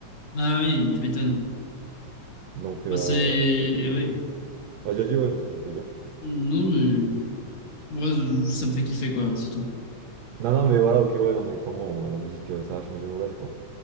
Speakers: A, on the left; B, on the right.
A: bah oui, tu m'étonnes.
B: Donc, euh,
A: Bah c'est, oui.
B: vas-y, vas ouais, je pense que tu as dit.
A: Non mais, moi, ça me fait kiffer, quoi, c'est tout.
B: Non, non, mais voilà, ok, ouais, non, mais clairement, on- la musique, euh, ça a changé nos lives, quoi.